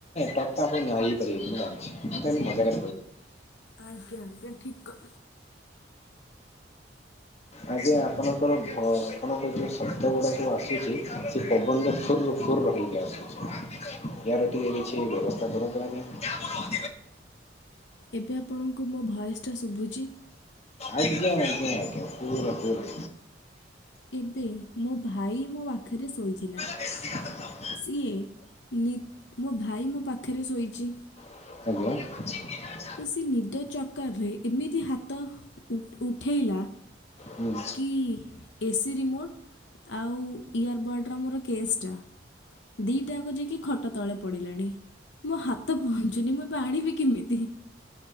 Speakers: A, on the left; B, on the left.
A: ଟପ ତ ଆପଣ ଆଇପାରିବେ ମୁ ଜାଣି ମୁଁ ତ ମଜା
B: ଆଜ୍ଞା ଆଜ୍ଞା ଠିକ
A: ଆଜ୍ଞା ଆପଣଙ୍କର ଆପଣଙ୍କର ଯୋଉ ଶବ୍ଦ ଗୁଡା ସବୁ ଆସୁଛି ସେ ପବନରେ ୁରରୁୁ ଫୁଲ ରହିକି ଆସୁଛି ୟାର ଟିକିେ କିଛି ବ୍ୟବସ୍ଥା କରନ୍ତୁ ଆଜ୍ଞା
B: ଏବେ ଆପଣଙ୍କୁ ମୋ ଭଏସ୍ଟା ଶୁଭୁଛି
A: ଆଜ୍ଞା ଆଜ୍ଞା ଆଜ୍ଞା ପୁର ପୁରା
B: ଏବେ ମୋ ଭାଇ ମୋ ପାଖରେ ଶୋଇଥିଲା
A: ଏ
B: ସିଏ ନି ମୋ ଭାଇ ମୋ ପାଖରେ ଶୋଇଚି।
A: ଆଜ୍ଞା।
B: ତ ସେ ନିଦ ଚକରରେ ଏମିତି ହାତ ଉ ଉଠେଇଲା।
A: ହୁଁ।
B: କି ଏସିି ରିମୋଟ୍ ଆଉ ଇୟରବର୍ଡ଼ର ମୋର କେସ୍ ଟା ଦିଟା ଯାକ ଯାଇକି ଖଟ ତଳେ ପଡ଼ିଲାଣି, ମୋ ହାତ ପହଞ୍ଚୁନି। ମୁ ଏ ବେ ଆଣିବି କିମିତିି?